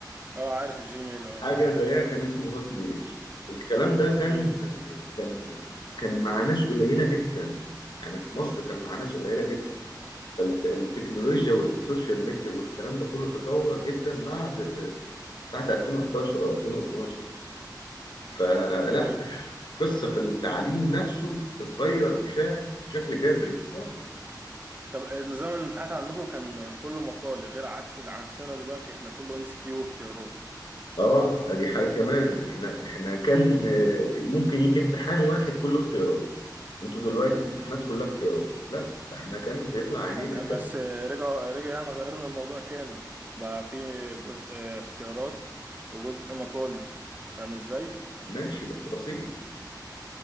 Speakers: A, on the right (about 25°); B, on the left (about 75°).
A: اه عارف الجيميل اه
B: حاجة زيها كان اسمه هوت ميل الكلام ده كان
A: امم
B: كان كان مع ناس قليلة جدا يعني في مصر كان مع ناس قليلة جدا فالتكنولوجيا والسوشيال ميديا والكلام ده كله تطور جدا بعد بعد 2011 أو 2012 فلا
A: حلو
B: قصة في التعليم نفسه اتغير بشكل بشكل جذري خالص
A: طب نظام الامتحانات عندكم كان كله مقالي غير عكس عكسنا دلوقتي احنا كله ام سي كيو واختيارات
B: اه دي حاجة كمان احنا احنا كان آه، ممكن يجي امتحان واحد كل اختيارات انتوا دلوقتي امتحانات كلها اختيارات لا ده احنا كان بيطلع عينينا
A: أحب- بس رجع رجع يعني غيرنا الموضوع تاني بقى في جزء اختيارات وجزء مقالي فاهم ازاي
B: ماشي بس بسيط